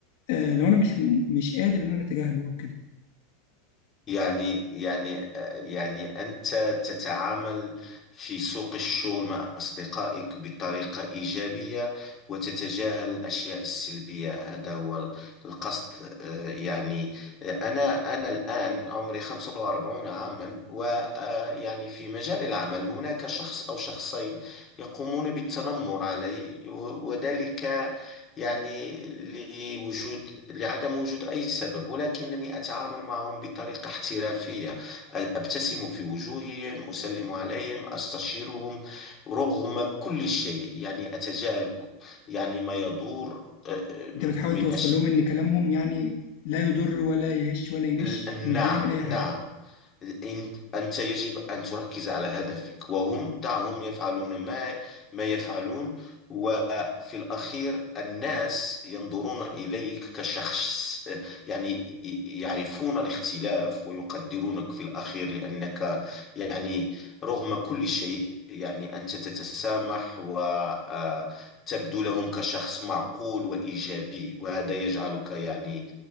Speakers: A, on the left (about 60°); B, on the left (about 20°).
A: آه، لو انا مش مش قادر ان انا اتجاهله او كده
B: يعني يعني يعني أنت تتعامل في سوق الشغل مع أصدقائك بطريقة إيجابية وتتجاهل الأشياء السلبية هذا هو ال- القصد آه، يعني آه، أنا أنا الآن عمري 45 عاما ويعني في مجال العمل هناك شخص أو شخصين يقومون بالتنمر علي و- وذلك يعني لوجود لعدم وجود أي سبب ولكنني أتعامل معهم بطريقة احترافية أبتسم في وجوههم أسلم عليهم أستشيرهم رغم كل شيء يعني أتجاهل ك- يعني ما يدور آه، آه،
A: انت بتحاول
B: من
A: توصل
B: أش
A: لهم ان كلامهم يعني لا يضر ولا يهش ولا ينش
B: ال-
A: مش
B: نعم
A: بيعمل اي
B: نعم
A: حاجه
B: أنت أنت يجب أن تركز على هدفك وهم دعهم يفعلون ما ما يفعلون وفي الأخير الناس ينظرون إليك كشخص يعني ي- يعرفون الاختلاف ويقدرونك في الأخير لأنك يعني رغم كل شيء يعني أنت تتسامح وتبدو لهم كشخص معقول وإيجابي وهذا يجعلك يعني